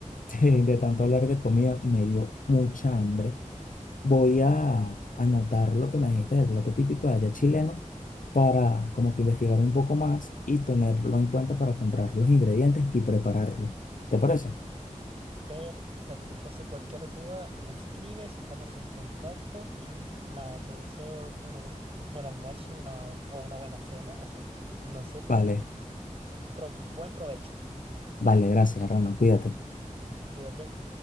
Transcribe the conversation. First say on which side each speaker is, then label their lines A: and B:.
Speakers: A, on the left; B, on the right.
A: <laughs> de de tanto hablar de comida me dio mucha hambre. Voy a anotar lo que me dijiste del plato típico de allá chileno para como que investigar un poco más y tenerlo en cuenta para comprar los ingredientes y prepararlo. ¿Te parece?
B: Perfecto. Entonces, cualquier duda me escribes, estamos en contacto y nada, te deseo, bueno, un buen almuerzo una- o una buena cena, <laughs> no sé, pero
A: Vale,
B: pro- buen provecho.
A: Vale, gracias, Hernando. Cuídate.
B: Cuídate.